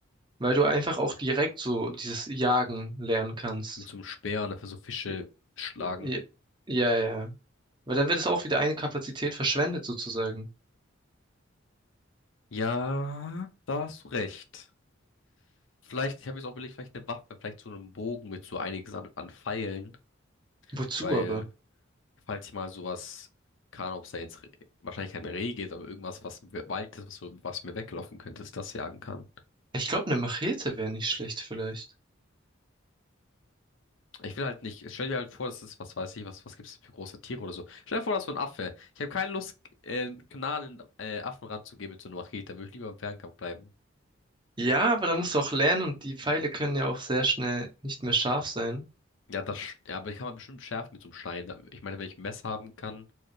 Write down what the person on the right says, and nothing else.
weil du einfach auch direkt so dieses Jagen lernen kannst.
Ja,
ja, ja. ja. Weil dann wird es auch wieder eine Kapazität verschwendet sozusagen.
Wozu
aber?
Ich glaube, eine Machete wäre nicht schlecht vielleicht.
Ja, aber da musst du auch lernen und die Pfeile können ja auch sehr schnell nicht mehr scharf sein.